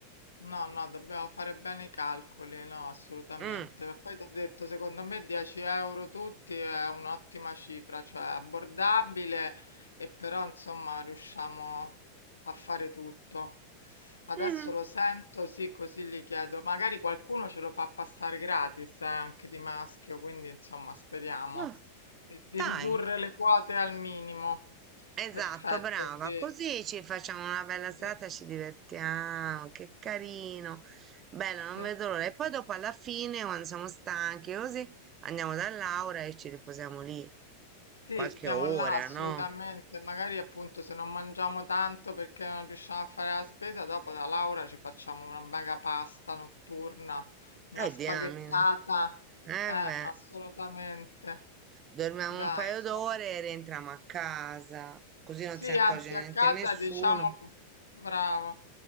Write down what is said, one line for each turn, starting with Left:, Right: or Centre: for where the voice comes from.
Left: No, no, dobbiamo fare bene i calcoli, no, assolutamente.
Right: Mm.
Left: Ma Poi ti ho detto, secondo me 10 euro tutti è un'ottima cifra, cioè abbordabile e però insomma riusciamo a fare tutto. Adesso
Right: Mm.
Left: lo sento, sì, così gli chiedo. Magari qualcuno ce lo fa passare gratis, eh, anche di maschio, quindi insomma speriamo
Right: Ah,
Left: che- di
Right: dai.
Left: ridurre le quote al minimo.
Right: Esatto,
Left: Perfetto,
Right: brava.
Left: sì,
Right: Così ci facciamo una bella serata
Left: sì,
Right: e ci divertiamo. Che carino. Bello, non
Left: sì.
Right: vedo l'ora. E poi dopo alla fine, quando siamo stanchi, così andiamo da Laura e ci riposiamo lì
Left: Sì,
Right: qualche
Left: stiamo
Right: ora,
Left: là assolutamente.
Right: no?
Left: Magari appunto se non mangiamo tanto perché non riusciamo a fare la spesa, dopo da Laura ci facciamo una mega pasta notturna, una
Right: Eh,
Left: spaghettata.
Right: diamine. Eh
Left: Eh,
Right: beh,
Left: assolutamente.
Right: dormiamo
Left: Dai,
Right: un paio
Left: sono
Right: d'ore
Left: con
Right: e rientriamo a casa, così non
Left: sì,
Right: si accorge
Left: anzi,
Right: niente
Left: a casa
Right: nessuno.
Left: diciamo, pu- brava,